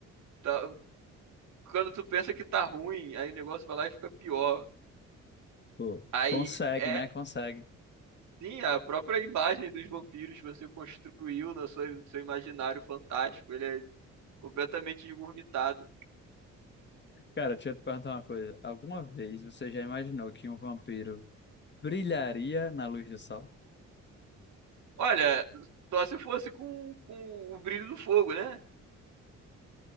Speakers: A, on the right; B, on the left.
A: Tá- quando tu pensa que tá ruim, aí o negócio vai lá e fica pior.
B: Pô,
A: Aí
B: consegue,
A: é,
B: né? Consegue.
A: sim, a própria imagem dos vampiros que você construiu no seu, no seu imaginário fantástico, ele é completamente esgurmitado.
B: Cara, deixa eu te perguntar uma coisa. Alguma vez você já imaginou que um vampiro brilharia na luz do sol?
A: Olha, só se fosse com, com o brilho do fogo, né?